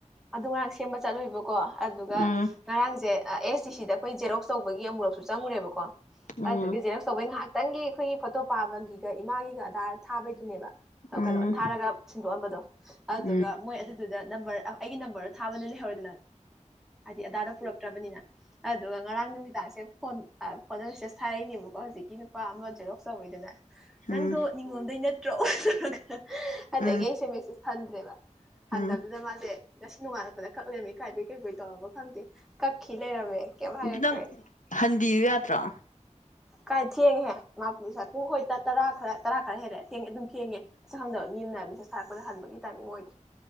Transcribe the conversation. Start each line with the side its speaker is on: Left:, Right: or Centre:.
Centre: ꯑꯗꯨ ꯉꯔꯥꯡ ꯁꯦꯝꯕ ꯆꯠꯂꯨꯕꯣ ꯀꯣ ꯑꯗꯨꯒ
Left: ꯎꯝ
Centre: ꯉꯔꯥꯡꯁꯦ ꯑꯦꯁ ꯗꯤ ꯁꯤꯗ ꯑꯩꯈꯣꯏꯖꯦꯔꯣꯛ ꯇꯧꯕꯒꯤ ꯑꯃꯨꯨꯔꯛꯁꯨ ꯆꯪꯉꯨꯔꯦꯕꯀꯣ
Left: ꯎꯝ
Centre: ꯑꯗꯨꯗꯒꯤ ꯖꯦꯔꯣꯛꯁ ꯇꯧꯕꯩ ꯉꯥꯏꯍꯥꯛꯇꯪꯒꯤ ꯑꯩꯈꯣꯏꯒꯤ ꯐꯣꯇꯣ ꯄꯥꯕꯒꯤꯒ ꯏꯃꯥꯒꯤꯒ ꯑꯙꯔ ꯊꯥꯕꯩ ꯟꯕꯗ
Left: ꯎꯝ
Centre: ꯀꯩꯅꯣ ꯊꯥꯔꯒ ꯁꯤꯟꯗꯣꯛꯑꯝꯕꯗꯣ ꯑꯗꯨꯒ
Left: ꯎꯝ
Centre: ꯃꯣꯏ ꯑꯗꯨ ꯑꯗꯨꯗ ꯅꯝꯕ ꯑꯩꯒꯤ ꯅꯝꯕꯔꯗꯣ ꯊꯥꯕꯅꯦ ꯂꯩꯍꯧꯔꯦꯗꯅ ꯍꯥꯏꯗꯤ ꯑꯙꯔ ꯄꯨꯔꯛꯇ꯭ꯔꯕꯅꯤꯅ ꯑꯗꯨꯒ ꯉꯔꯥꯡ ꯅꯨꯃꯤꯗꯥꯡꯁꯦ ꯐꯣꯟ ꯐꯣꯟꯗ ꯃꯦꯁꯦꯁ ꯊꯥꯔꯛꯏꯅꯦꯕꯀꯣ ꯍꯧꯖꯤꯛꯀꯤ ꯅꯨꯄꯥ ꯑꯃ ꯖꯦꯔꯣꯛꯁ ꯇꯧꯋꯤꯗꯅ
Left: ꯎꯝ ꯎꯝ
Centre: ꯅꯪꯗꯣ ꯅꯤꯡꯉꯣꯝꯗꯩꯅ <unintelligible> ꯑꯗꯒꯤ
Left: ꯎꯝ
Centre: ꯑꯩꯁꯦ ꯃꯦꯁꯤꯁ ꯍꯟꯗꯔ꯭ꯦ ꯕ
Left: ꯎꯝ
Centre: ꯍꯟꯗꯕꯗꯨꯗ ꯃꯥꯁꯦ ꯅꯣꯡ ꯉꯜꯂꯛꯄꯗ ꯀꯛ ꯂꯦꯏꯔꯝ ꯃꯦ ꯏꯀꯥꯏꯕꯣꯏ ꯀꯩꯕꯣꯏ ꯏ ꯇꯧꯔꯕꯒ ꯍꯗꯤ ꯀꯥꯛ ꯈꯤ ꯂꯩꯔꯝ ꯃꯦ ꯀꯩꯃ ꯍꯥꯏꯛꯇ꯭ꯔꯦ
Left: ꯑꯗꯨ ꯅꯪ ꯍꯟꯕꯤꯌꯨ ꯌꯥꯗ꯭ꯔꯣ
Centre: ꯀꯥꯏ ꯊꯦꯡꯉꯦ ꯃꯥ ꯄꯨꯡ ꯍꯣꯏꯇꯥ ꯇꯔꯥ ꯈꯔ ꯇꯔꯥ ꯈꯔ ꯍꯦꯜꯂꯦ ꯊꯦꯡꯉꯦ ꯑꯗꯨꯝ ꯊꯦꯡꯉꯦ ꯁꯛ ꯈꯪꯗꯕ ꯃꯤ ꯑꯃꯅ ꯍꯥꯏ ꯊꯥꯔꯛꯄꯗ ꯍꯟꯕꯒꯤ ꯇꯥꯏꯃꯤꯡ ꯑꯣꯏꯗ꯭ꯔꯦ